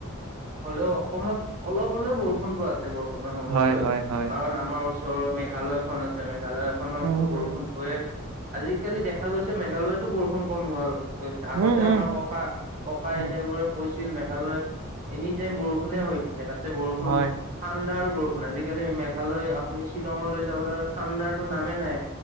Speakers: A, on the right; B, on the right.
A: হলেও অসমত অলপ হ'লেও বৰষুণতো আছে বৰ্ত মান সময়লৈ
B: হয় হয় হয়
A: কাৰণ আমাৰ ওচৰৰ মেঘালয় খন আছে মে ঘালয় খনতটো
B: উম
A: বৰষুণ
B: উম
A: হয়ে। আজিকালি দেখা গৈছে মেঘালয়তো বৰষুণ কম হ'ল। আগতে
B: উম উম
A: আমাৰ ককা ককা আই
B: উম
A: তা বোৰে কৈছিল মেঘালয়ত এনিটাইম বৰষুণ হৈ থাকে তাতে বৰষুণ
B: হয়
A: ঠাণ্ডাৰ বৰষুণ আজিকালি মেঘালয় আপুনি শ্বিলঙলৈ যাব তাতে ঠাণ্ডাৰ টো নামেই নাই।